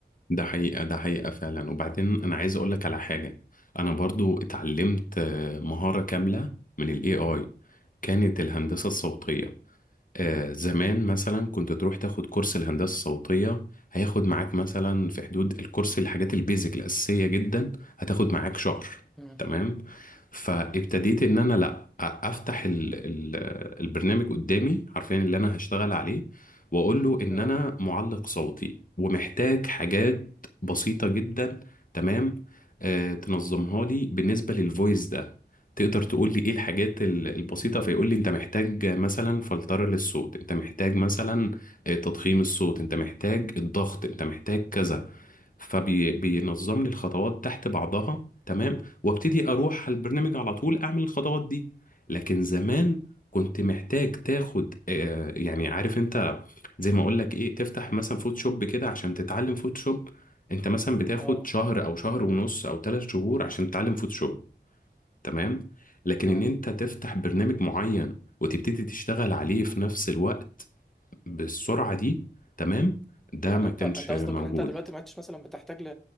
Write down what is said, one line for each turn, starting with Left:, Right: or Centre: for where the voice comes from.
Left: ده حقيقة ده حقيقة فعلا وبعدين أنا عايز أقولك على حاجة أنا برضو اتعلمت آه، مهارة كاملة من ال AI كانت الهندسة الصوتية آه، زمان مثلا كنت تروح تاخد كورس الهندسة الصوتية هياخد معاك مثلا في حدود الكورس الحاجات البيزك الأساسية جدا هتاخد معاك شهر
Centre: مم.
Left: تمام فابتديت ان انا لا أ- افتح ال ال البرنامج قدامي عارفين اللي انا هشتغل عليه واقول له ان
Centre: اه
Left: انا معلق صوتي ومحتاج حاجات بسيطة جدا تمام آه تنظمها لي بالنسبة للفويس ده تقدر تقول لي ايه الحاجات ال- البسيطة فيقول لي انت محتاج مثلا فلترة للصوت انت محتاج مثلا آه، تضخيم الصوت انت محتاج الضغط انت محتاج كذا فبينظم لي الخطوات تحت بعضها تمام وابتدي اروح على البرنامج على طول اعمل الخطوات دي لكن زمان كنت محتاج تاخد آه، يعني عارف انت زي ما اقول لك ايه تفتح مثلا فوتوشوب كده عشان تتعلم فوتوشوب انت مثلا بتاخد
Centre: اه
Left: شهر او شهر ونص او ثلاث شهور عشان تتعلم فوتوشوب تمام لكن
Centre: اه
Left: ان انت تفتح برنامج معين وتبتدي تشتغل عليه في نفس الوقت بالسرعة دي تمام ده
Centre: يعني
Left: ما
Centre: انت
Left: كانش
Centre: انت
Left: موجود
Centre: قصدك ان انت دلوقتي ما عدتش مثلا بتحتاج ل